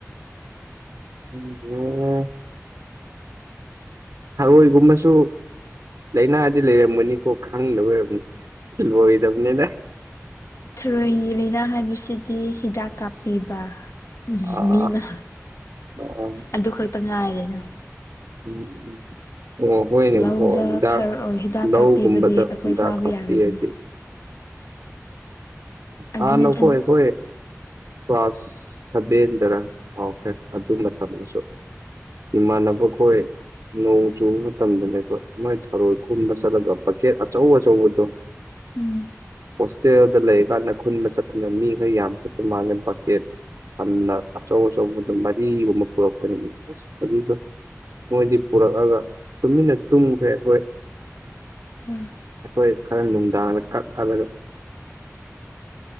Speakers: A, on the right; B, on the left.
A: ꯈꯪꯗꯔꯦ ꯊꯔꯣꯏꯒꯨꯝꯕꯁꯨ ꯂꯥꯏꯅꯥꯗꯤ ꯂꯩꯔꯝꯒꯅꯤꯀꯣ ꯈꯪꯗꯕꯩ ꯑꯣꯏꯔꯝꯅꯤ ꯂꯣꯏꯗꯕꯅꯤꯅ
B: ꯊꯔꯣꯏꯒꯤ ꯂꯥꯏꯅꯥ ꯍꯥꯏꯕꯁꯤꯗꯤ ꯍꯤꯗꯥꯛ ꯀꯥꯞꯄꯤꯕ ꯎꯝ
A: ꯑꯥ
B: ꯃꯤꯅ
A: ꯑꯥ
B: ꯑꯗꯨ ꯈꯛꯇꯥ ꯉꯥꯏꯔꯦꯅ
A: ꯎꯝ ꯎꯝ ꯍꯣꯏꯅꯦ
B: ꯂꯧꯗ
A: ꯍꯤꯗꯥꯛ
B: ꯊꯔꯣꯏ ꯍꯤꯗꯥꯛ
A: ꯂꯧꯒꯨꯝꯕꯗ
B: ꯀꯥꯞꯄꯤꯕꯗꯤ ꯑꯩꯈꯣꯏ
A: ꯍꯤꯗꯥꯛ
B: ꯆꯥꯕ
A: ꯍꯥꯞꯄꯤꯔꯥꯗꯤ
B: ꯌꯥꯔꯣꯏꯗꯅ ꯑꯗꯨꯅ
A: ꯍꯥꯟꯅ
B: ꯊꯟ
A: ꯒꯣ ꯑꯩꯈꯣꯢ ꯀ꯭ꯂꯥꯁ ꯁꯥꯕꯦꯟꯗꯔꯥ ꯀꯥꯎꯈ꯭ꯔꯦ ꯑꯗꯨ ꯃꯇꯝꯗꯁꯨ ꯏꯃꯥꯟꯅꯕ ꯈꯣꯏ ꯅꯣꯡ ꯆꯨꯕ ꯃꯇꯝꯗꯅꯦꯕ ꯃꯣꯏ ꯊꯔꯣꯏ ꯈꯨꯟꯕꯥ ꯆꯠꯂꯒ ꯕꯥꯀꯦꯠ ꯑꯆꯧ ꯑꯆꯧꯕꯗꯣ
B: ꯎꯝ
A: ꯆꯦꯜꯗ ꯂꯩ ꯀꯥꯟꯗ ꯈꯨꯟꯗ ꯆꯠꯄꯗ ꯃꯤꯈꯩ ꯌꯥꯝ ꯆꯠꯄ ꯃꯥꯜꯂꯦ ꯕꯀꯦꯠ ꯊꯥꯟꯅ ꯑꯆꯧ ꯑꯆꯧꯕ ꯑꯗꯨꯝ ꯃꯔꯤꯒꯨꯝꯕ ꯄꯨꯔꯛꯄꯅꯤ ꯑꯁ ꯑꯗꯨꯗ ꯃꯣꯏꯗꯤ ꯄꯨꯔꯛꯑꯒ ꯇꯨꯃꯤꯟꯅ ꯇꯨꯝꯈ꯭ꯔꯦ ꯑꯩꯈꯣꯏ
B: ꯑꯝ
A: ꯍꯣꯏ ꯈꯔꯅ ꯅꯨꯡꯗꯥꯡꯗ ꯀꯛꯂꯒ